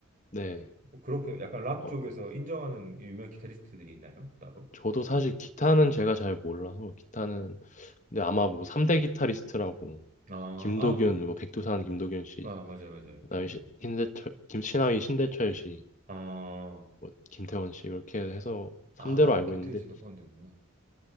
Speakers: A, on the left; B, on the right.
A: 네.
B: 뭐 그렇게 약간 락
A: 어,
B: 쪽에서 인정하는 유명 기타리스트들이 있나요? 따로?
A: 저도 사실 기타는 제가 잘 몰라서 기타는 근데 아마 뭐 3대 기타리스트라고
B: 아,
A: 김도균,
B: 아,
A: 뭐 백두산 김도균 씨,
B: 아 맞아요, 맞아요.
A: 그다음에
B: 김도훈.
A: 시, 대철 김신하위 신대철 씨,
B: 아,
A: 뭐 김태원
B: 맞아요, 맞아요.
A: 씨 이렇게 해서
B: 아,
A: 3대로 알고
B: 김태현
A: 있는데
B: 씨도 포함되는구나.